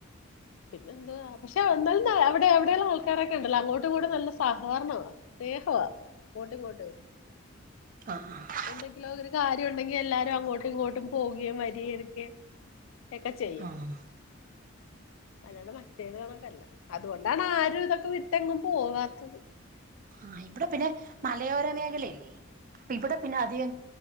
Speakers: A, on the left; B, on the right.
A: പിന്നെന്താ പക്ഷെ എന്നാല അവിടെ എവിടെയുള്ളള്ള ആൾക്കാരൊക്കെ ഉണ്ടല്ലോ അങ്ങോട്ടും ഇങ്ങോട്ടും നല്ല സഹകരണമാണ് സ്നേഹവാ അങ്ങോട്ട് ഇങ്ങോട്ട്
B: ആഹ് ആഹ്
A: എന്തെങ്കിലോ ഒരു കാര്യ ഉണ്ടെങ്കിൽ എല്ലാ അങ്ങോട്ടും ഇങ്ങോട്ടും പോകുകയും വരി എടുക്കുകയും ഒക്കെ ചെയ്യും
B: ആഹ്
A: അല്ലാടെ മറ്റേത് കണക്കല്ല അതുകൊണ്ടാണ് ആരും ഇതൊക്കെ വിട്ടെങ്ങും പോവാത്തത്
B: ആഹ് ഇവിടെ പിന്നെ മലയോര മേഖലയല്ലേ ഇവിടെ
A: അതെ
B: പിന്നെ അധിക